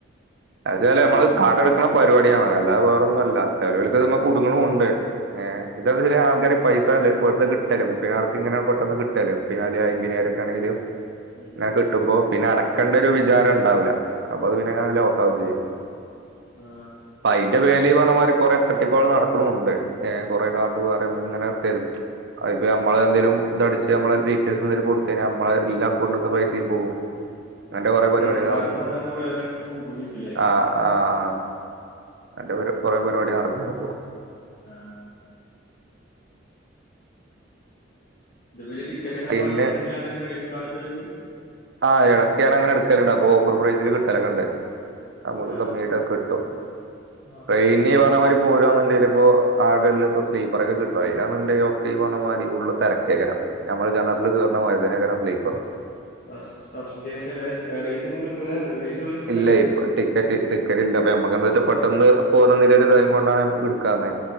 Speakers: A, on the right; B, on the left.
A: ഏതായാലും
B: കൈ
A: നമ്മള് കട്ക്ക്‌ണ പരിപാടിയാണ് അല്ലാതെ വേറെന്നു അല്ല ചേലോൽക്ക്ത്മ്മെ കുടുങ്ങണുംണ്ട് ഏഹ് ഇതെന്താച്ചാല് ആൾക്കാര് പൈസ കണ്ട് വെർതെ കിട്ടല്ലെ മുപ്പീനായിരുർ ക്കെങ്ങനെ പെട്ടന്ന് കിട്ടല്ലേ മുപ്പീനായിരം അല്ലെ അയ്മ്പീനായ്രൊക്കാണെങ്കില്
B: ഉം
A: ങ്ങനെ കിട്ടുമ്പോ പിന്നടക്കണ്ടൊരു വിചാരണ്ടാവൂല അപ്പൊത് പിന്നങ്ങനെ ലോക്കാവും ചെയ്യും
B: ആഹ്
A: പ്പയ്ന്റെ പേരിലീ പർഞ്ഞ മാതിരി കൊറേ തട്ടിപ്പാള് നടക്കുണൂണ്ട് ഏഹ് കൊറേ കാർഡ് വേറെ നമുക്ക്ങ്ങനെ തരും അയ്പ്പ ഞമ്മളെ എന്തെലും ദടിച്ച് നമ്മളെ ഡീറ്റെയിൽസ് എന്തേലും കൊടുത്തയ്ഞ്ഞാ നമ്മളെ എല്ല അക്കൗണ്ട്ത്തെ പൈസിം പോവും ങ്ങൻത്തെ കൊറേ പരിപാടിയൊക്കെ
B: ക്രെഡിറ്റ് കാർഡ്ന്ന്
A: നടക്ക്ണ്ട്പ്പോ
B: പറഞ്ഞാണ്ട് കുറെ ആൾക്കാരടുത്ത് മുക്കും ചെയ്യൂല്ലേ
A: ആഹ് ആഹ് അങ്ങനത്തെ കൊറേ പരിപാടി നടക്ക്‌ണ്ട്പ്പോ
B: ആഹ് ഇത്പ്പം ഇജ്ജ് ടിക്കറ്റൊക്കെ അപ്പ
A: പിന്നെ
B: അങ്ങന എടുക്കലാണ് ക്രെഡിറ്റ് കാർഡ് വെച്ച്
A: ആഹ് ഇടക് ങ്ങനെ എടുക്കലുണ്ട് അപ്പോ ഓഫർ പ്രൈസിൽ കിട്ടലൊക്കെണ്ട് നമുക്ക്
B: ആഹ്
A: കമ്മീയായിട്ട് ഒക്കെ കിട്ടും
B: ആഹ്
A: ട്രെയിൻ ഇയ്യ് പറഞ്ഞമാതിരി പോരാെന്നുണ്ടെില് ഇപ്പോ ആകെ ഇല്ല ഇപ്പോ സ്ലീപ്പറൊക്കെ കിട്ടയി <unintelligible> പറഞ്ഞ മാതിരി ഫുള് തിരക്കേക്കരാം നമ്മൾ ജനറല് കയറുന്ന മാരി ആയികാരം സ്ലീപ്പറും
B: ഫസ് ഫസ്റ്റ്യ്ഷല് തേർടേശലും ക് ട്ടൂലാ ലേഡീസ് <unintelligible>
A: ഇല്ലൈ ഇപ്പൊ ടിക് ക്കറ്റ് ടിക്കറ്റില്ല അപ്പം ഞമ്മക്ക് എന്താ വെച്ചാ പെട്ടെന്ന് പോണംതീല് ഒരു ടൈം കൊണ്ടാണ് എടുക്കാന്നേ